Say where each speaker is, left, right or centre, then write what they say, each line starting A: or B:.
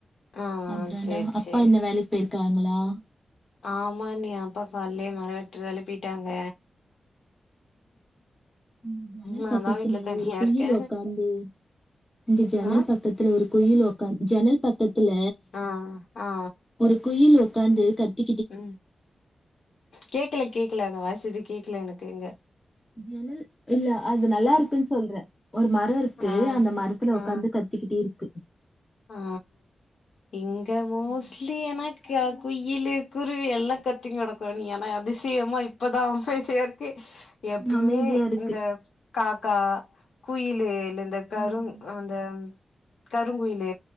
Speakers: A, on the left; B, on the left.
A: ஆ
B: அப்றன்டா
A: சேரி
B: அப்பா
A: சேரி
B: என்ன வேலைக்கு போயிருக்காங்ளா
A: ஆமா அண்ணி அப்பா கால்லே மர வெட்ற வேலைக்கு பேய்ட்டாங்க
B: ம் ஜணல்
A: நான்தா
B: பக்கத்துல
A: வீட்ல தனியா
B: ஒரு குயில்
A: இருக்கே
B: ஒக்காந்து இங்க ஜனல்
A: ஆ
B: பக்கத்துல ஒரு குயில் ஒக்காந் ஜனல் பக்கத்துல
A: ஆ ஆ
B: ஒரு குயில் ஒக்காந்து கட்டி
A: ம் கேக்கல கேக்கல அந்த வாய்ஸ் எது கேக்கல எனக்கு இங்க
B: ஜனல் இல்ல அது நல்லாருக்குன் சொல்றே ஒரு மர இருக்கு
A: ஆ
B: அந்த மரத்துல
A: ஆ
B: ஒக்காந்து கத் திக்கிட்டே இருக்கு
A: ஆ இங்க மோஸ்லி
B: ம்,
A: ஏன்னா குயிலு குருவி எல்லா கத்தி்க்குனு கெடக்கு நீ ஏன்னா அதிசயமா இப்பதா அமைதியா இரு க்கு எப்பமே
B: அமைதியா இருக்கு
A: இந்த காக்கா குயிலு இல்ல இந்த கரு
B: ம்,
A: அந்த கருங்குயிலு